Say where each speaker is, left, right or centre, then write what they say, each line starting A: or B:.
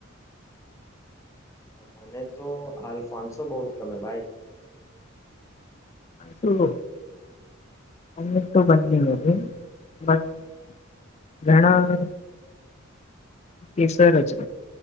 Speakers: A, on the left; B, on the left.
A: અ મને તો હાલ ફાંસો બહુ જ ગમે ભાઈ.
B: સુ લો અમને તો બંને ગમે ભાઈ. ઘણા કે સરજ